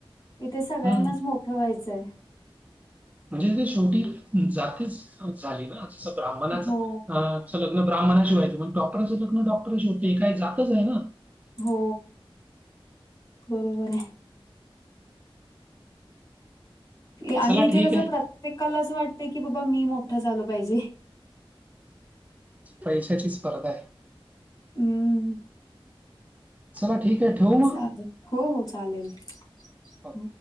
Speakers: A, on the left; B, on the right.
A: इथे सगळ्यांनाचं
B: हं.
A: मोठं व्हायचंय आहे
B: म्हणजे ते शेवटी जातीच झालीं नां जसं ब्राह्मणांच्या
A: हो,
B: अं असं लग्नं ब्राहमणाशी मंग डॉक्टरं लग्नं डॉक्टरशी चं होते कायं जायचं आहे नां
A: हो बरोबर आहे आणि
B: चला
A: इथे
B: ठीक
A: कसं
B: आहे.
A: प्रत्येकाला असं वाटतंय की बाबां मी मोठं झालो पाहिजे
B: पैशाची स्पर्धा आहे
A: हम्मं
B: चलां ठीक आहे ठेवूं मंग
A: चालेल. हो हो चालेल
B: हो.
A: हो.